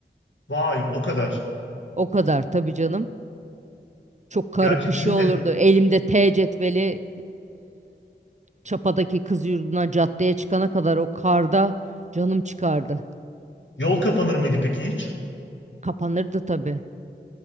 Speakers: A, on the left; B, on the right.
A: Vay o kadar.
B: O kadar tabii canım. Çok karı
A: Gerçi
B: kışı
A: bizim
B: olurdu.
A: de
B: Elimde T cetveli Çapa'daki kız yurduna caddeye çıkana kadar o karda canım çıkardı.
A: Yol kapanır mıydı peki hiç?
B: Kapanırdı tabii.